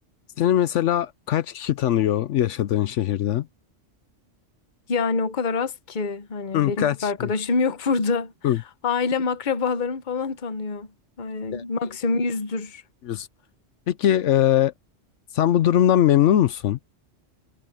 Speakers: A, on the left (about 80°); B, on the left (about 45°).
A: Seni mesela kaç kişi tanıyor yaşadığın şehirde? <laughs>
B: Yani o kadar az ki hani benim
A: Kaç?
B: pek arkadaşım yok <laughs> burada.
A: Hı.
B: Ailem, akrabalarım falan tanıyor. Ay,
A: Yani
B: maksimum
A: 50,
B: yüzdür.
A: 100. Peki e, sen bu durumdan memnun musun?